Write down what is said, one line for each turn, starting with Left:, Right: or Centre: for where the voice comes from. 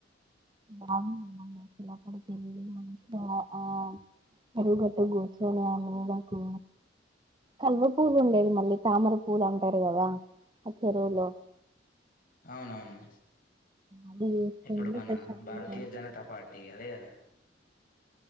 Right: బాగుంటది అసలక్కడ ఆ చేరువుగట్టు కూర్చొని ఆ మూలకు కల్వ పూలు ఉండేది మళ్ళీ తామర పూలు అంటారు కదా ఆ చెరువులో
Left: అవునవును
Right: అది వేసుకుంటే
Left: ఇప్పుడు మన
Right: ప్రశాంతంగా
Left: భారతీయ జనతా పార్టీ అదే కదా